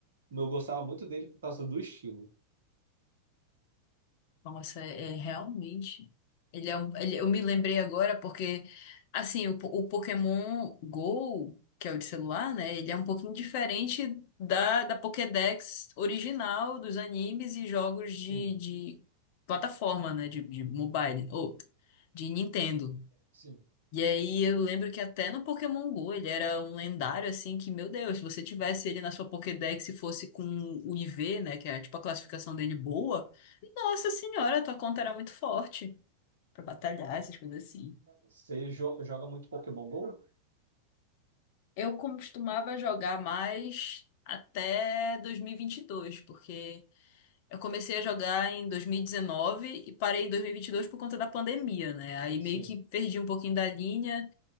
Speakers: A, on the right; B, on the left.
A: eu gostava muito dele por causa do estilo.
B: Nossa, é, é realmente. Ele é um, ele- eu me lembrei agora porque, assim, o, po- o Pokémon Go, que é o de celular, né? Ele é um pouquinho diferente da, da Pokédex original dos animes e jogos
A: Sim,
B: de, de plataforma, né? De, de mobile, ou de Nintendo.
A: sim.
B: E aí eu lembro que até no Pokémon Go ele era um lendário assim que, meu Deus, se você tivesse ele na sua Pokédex e fosse com o IV, né, que é tipo a classificação dele boa, nossa senhora, tua conta era muito forte pra batalhar, essas coisas assim.
A: Você jo- joga muito Pokémon Go?
B: Eu costumava jogar mais até 2022, porque eu comecei a jogar em 2019 e dezenove e parei em 2022 por conta da pandemia, né? Aí
A: Sim.
B: meio que perdi um pouquinho da linha